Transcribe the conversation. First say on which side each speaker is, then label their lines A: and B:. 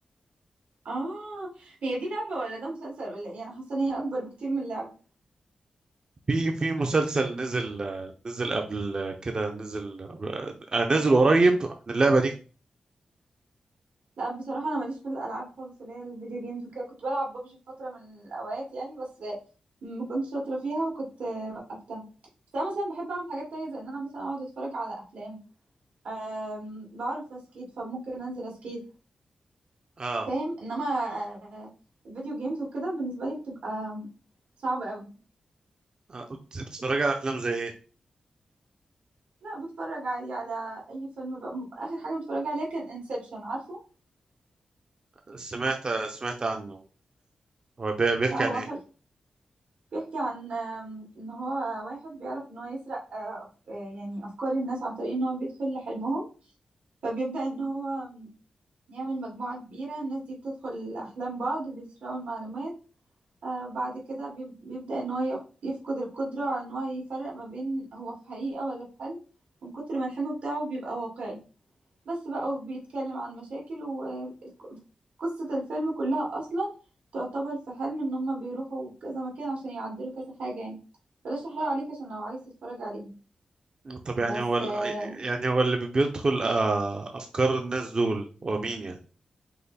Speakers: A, on the right (about 90°); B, on the right (about 35°).
A: اه هي دي لعبه ولا ده مسلسل ولا ايه انا حاسه ان هي اكبر بكتير من لعبه
B: في في مسلسل نزل آه، نزل قبل كده نزل آه، نزل قريب عن اللعبه دي
A: لا بصراحة أنا ماليش في الألعاب خالص اللي هي الفيديو جيمز وكده كنت بلعب ببجي في فترة من الأوقات يعني بس ما كنتش شاطرة فيها وكنت وقفتها بس أنا مثلا بحب أعمل حاجات تانية زي إن أنا مثلا أقعد أتفرج على أفلام أم، بعرف أسكيت فممكن أنزل أسكيت
B: اه
A: فاهم إنما آه، الفيديو جيمز وكده بالنسبة لي بتبقى صعبة قوي
B: آه، بت- بتتفرج على افلام زي ايه
A: لا بتفرج عادي على أي فيلم بقى م- آخر حاجة متفرجة عليها كان انسبشن عارفه
B: سمعت سمعت عنه هو بي- بيحكي
A: لا هو
B: عن ايه
A: حلو بيحكي عن آم، ان هو واحد بيعرف ان هو يسرق آه، أف- آه، يعني افكار الناس عن طريق ان هو بيدخل لحلمهم فبيبدأ ان هو آم، يعمل مجموعة كبيرة الناس دي بتدخل احلام بعض بيسرقوا المعلومات آه، بعد كده بيب- بيبدأ ان هو ي- يفقد القدرة على ان هو يفرق ما بين هو في حقيقة ولا في حلم من كتر ما الحلم بتاعه بيبقى واقعي بس بقى وبيتكلم عن مشاكل وقصة الفيلم كلها أصلا تعتبر في حلم إن هما بيروحوا كذا مكان عشان يعدلوا كذا حاجة يعني بلاش أحرق عليك عشان لو عايز تتفرج عليه
B: طب يعني
A: بس
B: هو ال...
A: آه،
B: يعني هو اللي بي- بيدخل آه افكار الناس دول هو مين يعني